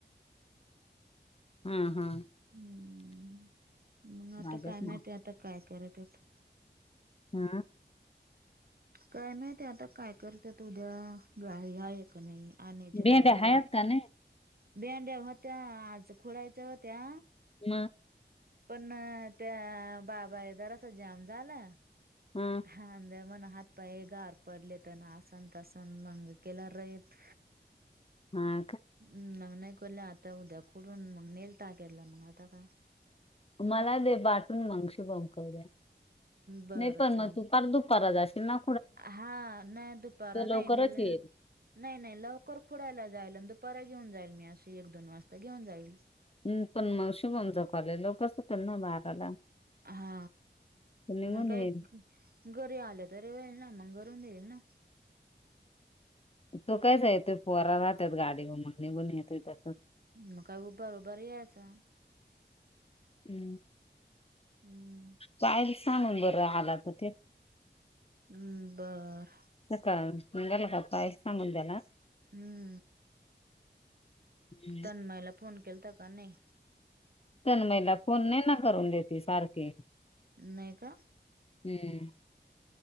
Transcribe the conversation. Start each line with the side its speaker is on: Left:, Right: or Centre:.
Left: हा हा.
Right: हम्म. मग आता
Left: राहिलेत
Right: काय
Left: ना
Right: माहिती आता काय करतायत.
Left: हा.
Right: काय माहिती आता काय करत उद्या <unintelligible> आहे का नाही. आणची
Left: भेंड्या
Right: गाडी वगैरे
Left: आहेत का नाही?
Right: भेंड्या होत्या आज खुडायच्या होत्या
Left: मग.
Right: पण त्या बाबायद अस जाम झाला
Left: हम्
Right: हांंद मण हात पाय गार पडले तर ना आसन तसन मंग केल्या राहीत
Left: हा का
Right: हम् मग नाही करलं आता उद्या कुठून मग नेल टाकला मग आता काय
Left: मला दे बाटून मगशी बंकवू द्या
Right: बरं
Left: नाही पण
Right: चाल
Left: मग तू प दुपार जा समा
Right: हा नाही दुपारा
Left: लवकरच
Right: नाही मले
Left: येईल.
Right: नाही नाही लवकर खोडयला जाईल आणि दुपार घेऊन जाईल मी असशी एक दोन वाजता घेऊन जाईल
Left: हम् पण मग शुभम जवाले लोकसकल ना बाराला
Right: हा
Left: तो निघून
Right: मग काय
Left: येईल.
Right: घरी आलं तरी होईल ना मग घरून देईल ना
Left: तू कायच येतोय पोरा राहतात गाडी मगणी बण येतय तस
Right: मका बरोबर आहे आ
Left: हम्
Right: हम्म
Left: पाय सांगून बरं आला तर ठठीक
Right: हम् बर
Left: अ का हंगला का पायस मुद्याला
Right: हम्म
Left: हम्
Right: तन्माईला फोन केलता का नाही
Left: तरण महिला फोन नाही ना करून देते सारखे
Right: नाही का
Left: हम्म